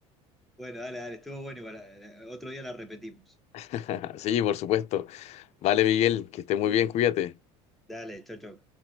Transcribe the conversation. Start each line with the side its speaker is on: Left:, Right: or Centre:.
Centre: <laughs> bueno, dale, dale, estuvo bueno igual, eh, otro día la repetimos.
Left: <laughs> Sí, por supuesto. Vale, Miguel, que estés muy bien, cuídate.
Centre: Dale, chau, chau.